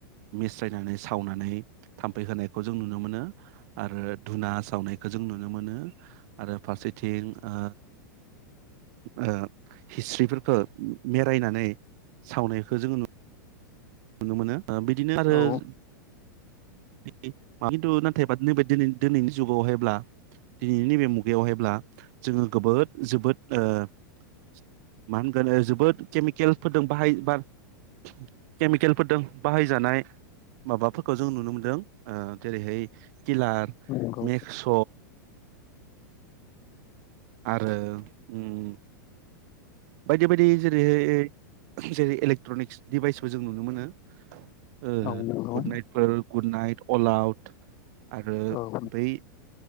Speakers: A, on the right (about 55°); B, on the left (about 40°).
A: मिस्रायनानै सावनानै थाम्फै होनायखौ जों नुनो मोनो आरो धुना सावनायखौ जों नुनो मोनो आरो फारसेथिं ओ ओ हिस्ट्रिफोरखौ मेरायनानै सावनायखौ जोङो <unintelligible> नुनो मोनो। ओ बिदिनो आरो
B: औ
A: <unintelligible> <unintelligible> <unintelligible> ओ जेरैहाय किलार
B: नंगौ
A: मेक्स' आरो उम बायदि- बायदि जेरैहाय जेरै इलेक्ट्रनिक्स डिभाइसबो जों नुनो मोनो। ओ
B: औ नंगौ
A: गुद नाइदफोर गुद नाइद। अलाउट। आरो
B: औ
A: बै